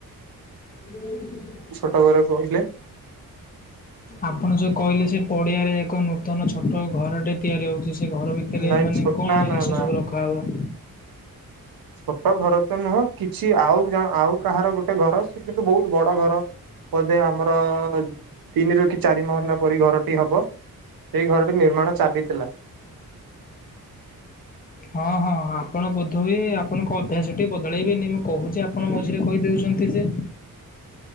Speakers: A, on the left; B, on the right.
A: ହ,
B: କଟ ଘର କହିଲେ।
A: ଆପଣ ଯେଉଁ କହିଲେ ସେ ପଡ଼ିଆରେ ଏକ ନୂତନ ଛୋଟ ଘରଟେ ତିଆରି ହେଉଛି, ସେ ଘର ଭିତରେ
B: ନାଇଁ
A: ମାନେ
B: ଛୋଟ
A: କଣ
B: ନା
A: ଜିନିଷ
B: ନା ନା
A: ସବୁ ରଖାହବ।
B: ଛୋଟ ଘର ତ ନୁହଁ କିଛି ଆଉ ଆଉ କାହାର ଗୋଟେ ଘର ସେ କିନ୍ତୁ ବହୁତ ବଡ ଘର। ବୋଧେ ଆମର ତିନିରୁ। ଚାରି ମହ ହେଲା ପରି ଘରଟି ହବ ସେଇ ଘରଟି ନିର୍ମାଣ ଚାଲିଥିଲା। <unintelligible>
A: ହଁ ହଁ ଆପଣ ବୋଧୀ ଆପଣ କହୁ। ଅଭ୍ୟାସ ଟିକେ ବଦଳାଇବେନି ମୁଁ କୋହୁଚି ଆପଣ ମଝିରେ କହି ଦେଉଚନ୍ତି ଯେ।